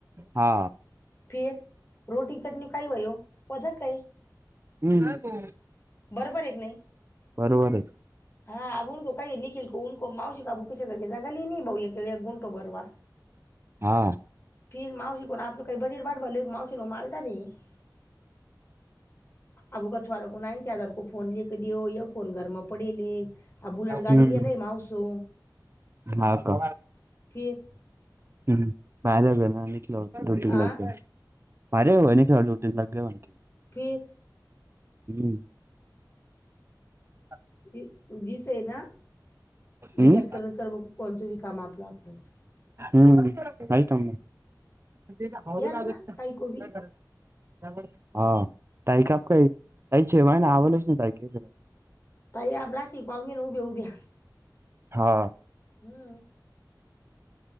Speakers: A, on the right; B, on the left.
A: हा.
B: फिर रोटी चटणी खय वय का आहे <unintelligible>
A: हम्म.
B: बरोबर हे की नही?
A: बरोबर आहे.
B: हा अको काही निखिल कोको मावसशी का अू कसेगे जागाली भाऊ <unintelligible> बरवा
A: हा.
B: फिर मावशी को आपलं काही बजेट बाट बल मावशी को मालत र <unintelligible> अबो का छोर को नाय चदार को फोन लक दि होय फोन घर म <unintelligible> आ बुलेट
A: हम्म
B: गाडी लिय रम आवसो
A: हा का
B: फर <unintelligible>
A: हम्म, हम्म बाहेवे ना निकलो रुटी
B: आ
A: लाग <unintelligible> भारी होया नाही क्या दो तीन लाख <unintelligible>
B: फिर!
A: हूं! <inaudible>
B: दि-दिसय ना विचार
A: हम्म
B: कर कर बघ कोणचंबी काम आपलं आपलंच.
A: हूं
B: याच
A: <unintelligible>
B: ना काही कोबी
A: <unintelligible>
B: ताई आब राखी को अयूंगी नं उभ्य-उभ्या
A: हा
B: हूं!